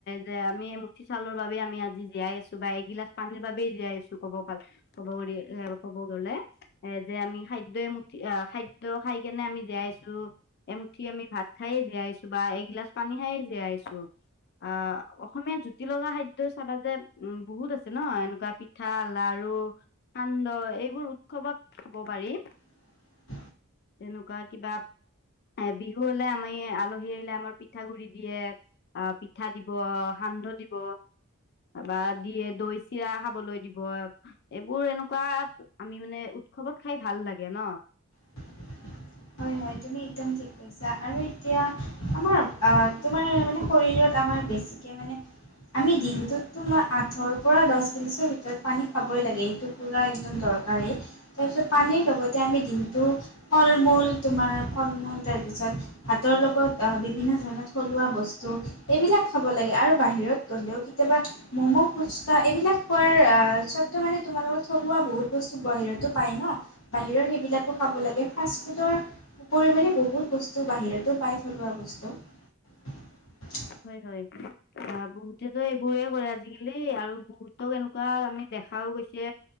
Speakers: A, on the left (about 50°); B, on the left (about 65°).
A: যে আমি মুঠি চাউলৰ বাবে আমি আমি আজি জীয়াই আছো। বা এগিলাচ পানীৰ বাবেই জীয়াই আছো্ কব পাৰ কব গ এ ক'ব গলে। এ যে আমি খাদ্য এ মুুঠি আহ খাদ্য খাই কেনে আমি জীয়াই আছো এমুঠি আমি ভাত খাইে জীয়াই আছো বা এগিলাচ পানী খায়ে জীয়াই আছো অ' অসমীয়া জুতি লগা খাদ্য চাবা যে উ বহুত আছে ন এনেকুৱা পিঠা লাৰু। আৰু সান্দহ এইবোৰ উৎসৱত খাব পাৰি।
B: <inaudible>
A: তেনেকুৱা কিবা, এহ বিহু আমি আলহী আহিলে আমাৰ পিঠাাগুৰি দিয়ে আহ পিঠা দিব সান্দহ দিব। বা দিয়ে দৈ চিৰা খাবলৈ দিব, এইবোৰ এনেকুৱা আমি মানে খবত খাই ভাল লাগে ন।
B: <inaudible> হয়-হয় তুমি একদম ঠিক কৈছা আৰু এতিয়া আমাৰ অ', তোমাৰ মানে শৰীৰত আমাৰ বেছিকৈ মানে আমি দিনটোতো মই আঠৰ পৰা দহ গিলিছৰ ভিতৰত পানী খাবই লাগে। এইটো পুৰা একদম দৰ ৰ তাৰপিছত পানীৰ লগতে আমি দিনটো ফল মূল তোমাৰ ফল মূল তাৰপিছত ভাতৰ লগত বিভিন্ন ধৰণৰ থলুৱা বস্তু এইবিলাক খাব লাগে আৰু বাহিৰত গ'লেও কেতিয়াবা ম'ম' ফুচকা এইবিলাক খোৱাৰ স্ব মানে তোমালোকৰ থলুৱা বহুত বস্তু বাহিৰতো পায় ন', বাহিৰৰ সেইবিলাকো খাব লাগে ফাষ্ট ফুডৰ ওপৰিও বহুত বস্তু বাহিৰতো পাই থলোৱা বস্তু।
A: হয়, হয়। অ বহুতেতো এইবোৰেই কৰে আজিকালি আৰু বহুত এনেকুৱা আমি দেখাও গৈছে